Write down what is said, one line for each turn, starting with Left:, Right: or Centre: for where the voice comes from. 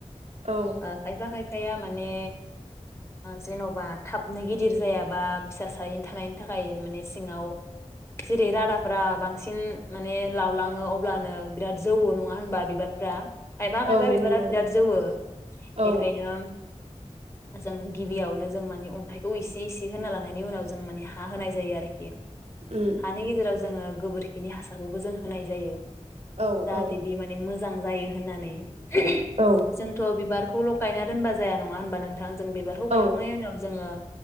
Right: औ
Left: आ खायबा खाय आखाया माने जेनबा थाबनो गिदिर जायाबा फिसा सायैनो थानायनि थाखाय माने सिङाव जेरै रादाफोरा बांसिन माने लावलाङो अब्लानो बिराद जौ नङा होनबा बिबारफ्रा बा
Right: औ
Left: बिबारा
Right: नंगौ
Left: बिराद जौवो
Right: औ
Left: एखायनोम जों गिबियावनो जों माने अन्थाइखौ इसे इसे होनना लानायनि उनाव जों माने हा होनाय जायो आरोखि।
Right: उम
Left: हानि गेजेराव जोङो गोबोरखिनि हासारखौबो जों होनाय जायो।
Right: औ
Left: जाहाथे
Right: औ
Left: बे माने मो जां जायो होननानै। जोंथ
Right: औ
Left: बिबार खौल गायना दोनबा जाया नङा होनबा नोंथां। जों बिबारखौ
Right: औ
Left: गायखांनायनि उनाव जोङो।